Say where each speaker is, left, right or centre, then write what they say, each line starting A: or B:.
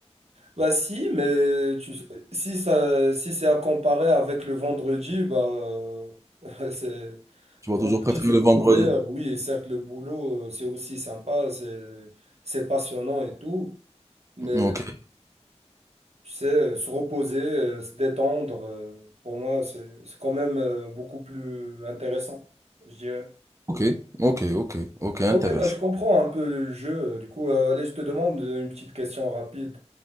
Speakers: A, on the right; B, on the right.
A: Bah si, mais tu, si ça, si c'est à comparer avec le vendredi, bah euh, <laughs> c'est
B: Tu vas
A: vendredi
B: toujours préférer
A: c'est beaucoup
B: le vendredi.
A: meilleur. Oui, et certes le boulot euh, c'est aussi sympa, c'est c'est passionnant et tout, mais
B: Ok,
A: tu sais euh, se reposer, euh, se détendre, euh, pour moi c'est c'est quand même euh, beaucoup plus intéressant, je dirais.
B: ok, ok, ok, ok, intéressant.
A: Ok, bah je comprends un peu le jeu. euh, Du coup, euh, allez, je te demande une petite question rapide.